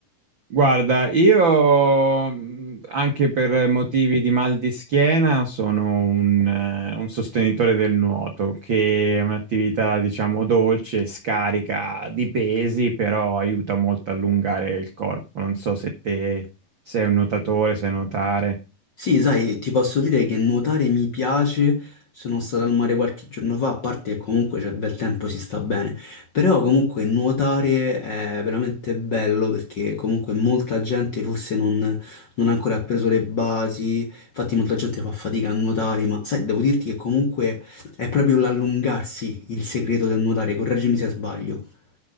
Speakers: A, on the right (about 80°); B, on the left (about 55°).
A: Guarda, io mh, anche per motivi di mal di schiena sono un, eh, un sostenitore del nuoto, che è un'attività, diciamo, dolce, scarica di pesi, però aiuta molto a allungare il corpo. Non so se te sei un nuotatore, sai nuotare.
B: Sì, sai, ti posso dire che nuotare mi piace, sono stato al mare qualche giorno fa, a parte che comunque c'è bel tempo, si sta bene, però comunque nuotare è veramente bello perché comunque molta gente forse non, non ha ancora preso le basi, infatti molta gente fa fatica a nuotare, ma sai, devo dirti che comunque è proprio l'allungarsi il segreto del nuotare, correggimi se sbaglio.